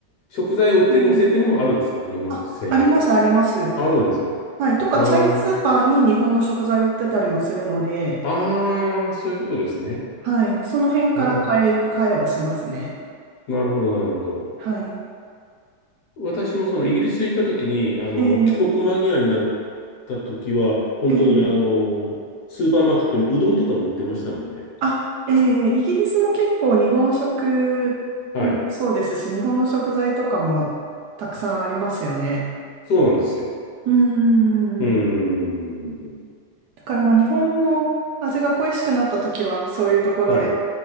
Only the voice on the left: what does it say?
食材を売ってる店っていうのもあるんですか日本専用の。
あるんですね。
うーん。
ああ、そういうことですね。
なるほ
ど、なるほど、なるほど。
私もそのイギリス行った時に、あの、
帰国間際になった時は、本当にあの、
スーパーマーケットにうどんとかも売ってましたもんね。
はい。
そうなんですよ。
うーん。
はい。